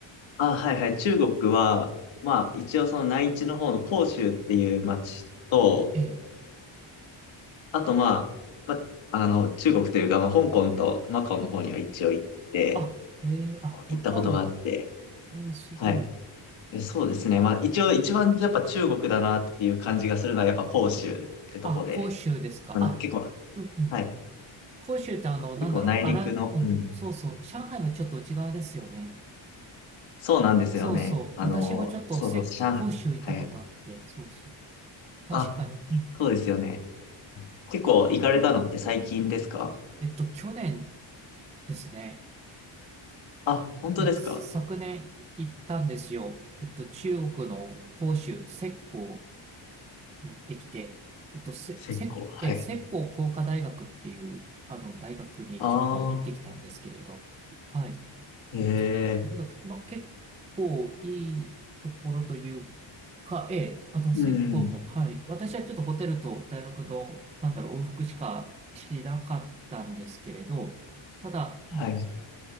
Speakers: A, on the left (about 70°); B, on the right (about 15°).
A: あ、はいはい。中国は、まあ、一応その内地の方の広州っていう町と、
B: ええ。
A: あとまあ、まあ、あの、中国というか、まあ、香港とマカオの方には一応行って、
B: あ、ええ、あ、
A: 行ったことがあって、
B: 若尾にも。ええ、すごい。
A: はい。でそうですね。まあ、一応一番やっぱ中国だなっていう感じがするのはやっぱ広州ってとこで、
B: あ、広州ですか。
A: まあ、
B: あ、
A: な結構、
B: うんうん。
A: はい。
B: 広州ってあの、なんだろう、
A: 結構内陸の、
B: あら、うんうん、
A: うん
B: そうそう。上海のちょっと内側ですよね。
A: そうなんですよね。
B: そうそう。
A: あの、
B: 私もちょっとせ、
A: そうそう、
B: 広州行ったことあって、
A: 上海。
B: そうそう。確かに。
A: あ、
B: うん
A: そうですよね。結構行かれたのって最近ですか
B: えっと、去年ですね。
A: あ、本当ですか
B: で、昨年行ったんですよ。えっと、中国の広州、浙江に行ってきて、えっと、せ、
A: 結構、
B: せ、
A: はい。
B: え、浙江工科大学っていう、あの、大学にちょっと行ってきたんですけれど、
A: ああ、
B: はい。
A: ええ
B: えっと、どこだっけまあ、結構いいところというか、ええ、あの、セッも、
A: うん、
B: はい。私はちょっとホテルと大学の、なんだろう、往復しかしなかったんですけれど、ただ、
A: はい。
B: うん